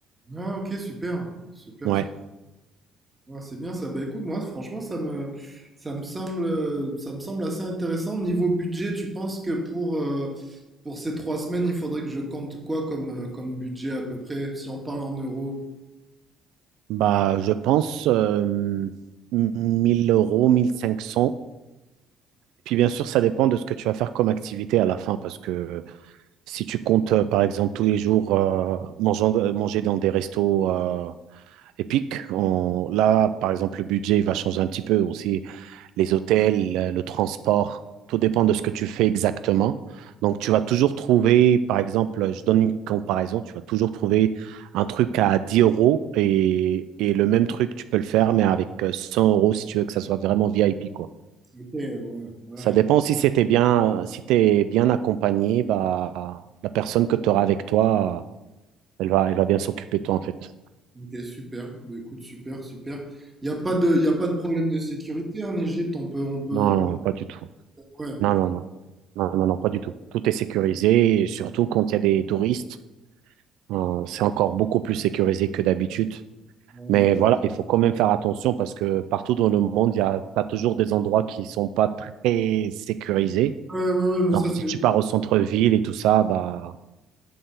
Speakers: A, on the right (about 15°); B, on the right (about 80°).
A: Ah, ok, super, super,
B: Ouais.
A: super. Ouais, c'est bien ça. Bah écoute, moi, franchement, ça me, ça me semble, euh, ça me semble assez intéressant. Niveau budget, tu penses que pour, euh, pour ces trois semaines, il faudrait que je compte quoi comme, euh, comme budget à peu près, si on parle en euros?
B: Bah, je pense euh, 1000 euros, 1500. Puis bien sûr, ça dépend de ce que tu vas faire comme activité à la fin, parce que si tu comptes, euh, par exemple, tous les jours euh, mangeant- euh, manger dans des restos euh, épique. On- là, par exemple, le budget il va changer un petit peu aussi. Les hôtels, euh, le transport, tout dépend de ce que tu fais exactement. Donc, tu vas toujours trouver, par exemple, je donne une comparaison, tu vas toujours trouver un truc à 10 euros et, et le même truc, tu peux le faire, mais avec euh, 100 euros si tu veux que ça soit vraiment VIP, quoi.
A: Ok, ouais, ouais,
B: Ça dépend si c'était bien, si t'es bien accompagné, bah, la personne que tu auras avec toi, elle va, elle va bien s'occuper de toi, en fait.
A: ok, super. Bah, écoute, super, super. Il n'y a pas de, il a pas de problème de sécurité en Égypte. On peut, on peut.
B: Non, non, pas du tout.
A: Ouais,
B: Non, non, non. Non, non, non, pas du tout. Tout est sécurisé, et surtout quand il y a des touristes. euh, c'est encore beaucoup plus sécurisé que d'habitude.
A: ouais,
B: Mais voilà, il faut quand même faire attention parce que partout dans le monde, il y a, t'as toujours des endroits qui sont pas très sécurisés.
A: ouais, ouais, mais
B: Alors,
A: ça,
B: si
A: c'est
B: tu pars au centre-ville et tout ça, bah,